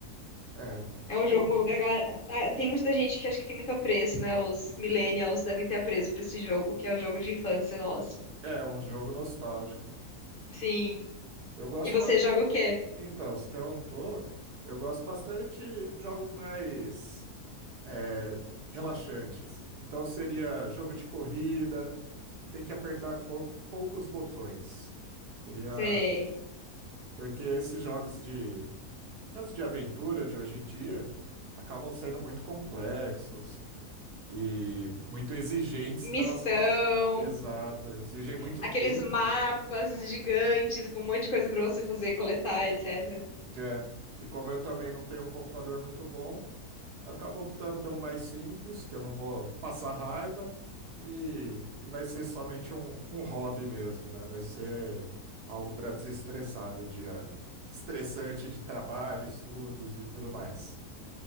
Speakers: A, on the right (about 85°); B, on the left (about 40°).
A: É,
B: É um
A: co-
B: jogo que a galera- ah, tem muita gente que acho que tem muito apreço, né? Os millennials devem ter apreço pra esse jogo, que é o jogo de infância nosso.
A: é um jogo nostálgico.
B: Sim.
A: Eu gosto,
B: E você
A: ba-
B: joga o quê?
A: Então, se perguntou, eu gosto bastante de jogos mais é, relaxantes. Então seria jogo de corrida, que tem que apertar pouco- poucos botões. Seria.
B: Você...
A: Porque esses jogos de. mesmo de aventura de hoje em dia acabam sendo muito complexos e muito exigentes
B: Missão,
A: da nossa paci- Exato, exigem muito
B: aqueles
A: tempo.
B: mapas gigantes com um monte de coisa pra você fazer, coletar, etc.
A: né? E como eu também não tenho um computador muito bom. Eu acabo optando pelo mais simples, que eu não vou passar raiva e, e vai ser somente um, um hobby mesmo, né? Vai ser algo para desestressar do dia estressante de trabalho, estudos e tudo mais.